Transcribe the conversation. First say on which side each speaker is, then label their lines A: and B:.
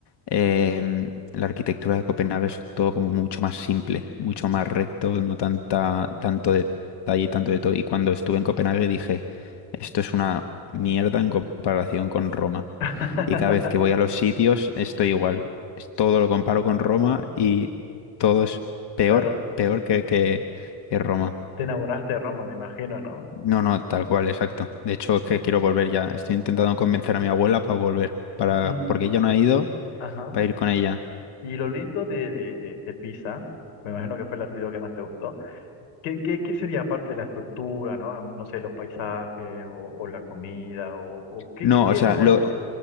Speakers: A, on the left; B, on the left.
A: em, la arquitectura de Copenhague es todo como mucho más simple, mucho más recto, no tanta, tanto detalle, tanto de todo. Y cuando estuve en Copenhague dije, esto es una mierda en comparación con Roma.
B: <laughs>
A: Y cada vez que voy a los sitios estoy igual. Es- Todo lo comparo con Roma y todo es peor,
B: Claro,
A: peor que, que, que Roma.
B: te enamoraste de Roma, me imagino, ¿no?
A: No, no, tal cual, exacto. De hecho, es que quiero volver ya. Estoy intentando convencer a mi abuela para volver, para,
B: Y,
A: porque ella no ha ido,
B: ajá.
A: para ir con ella.
B: Y lo lindo de, de, de, de Pisa, me imagino que fue la artículo que más te gustó. ¿Qué, qué, qué sería aparte de la estructura, ¿no? No sé, los paisajes o, o la comida o, o qué,
A: No,
B: qué, qué
A: o sea,
B: es lo bonito.
A: lo,